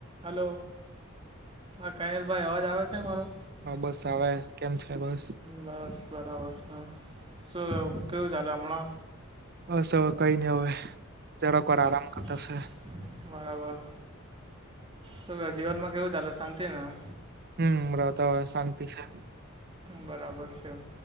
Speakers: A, on the right; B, on the right.
A: હલો હા કાયલ ભાઈ અવાજ આવે છે મારો?
B: હા બસ આવે કેમ છે બસ
A: બસ બરાબર છું શું કેવું ચાલે હમણાં?
B: બસ હવે કઈ નઈ હવે જરાક વાર
A: બરાબર.
B: આરામ કરતા છે
A: બરાબર શું કે જીવનમાં કેવું ચાલે શાંતિ ને આમ?
B: હમ્મ અમના તો શાંતિ છે.
A: બરાબર છેમ